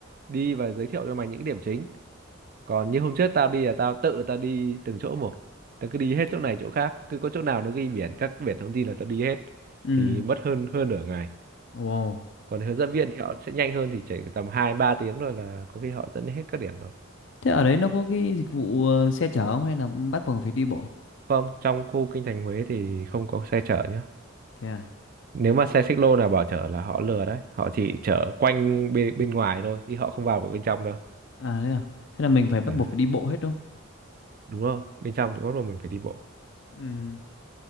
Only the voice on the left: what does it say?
ừ.
wow
thế ở đấy nó có cái dịch vụ ờ, xe chở không hay là bắt buộc phải đi bộ
thế à
à thế à thế là mình phải bắt
buộc phải đi bộ hết đúng không
ừ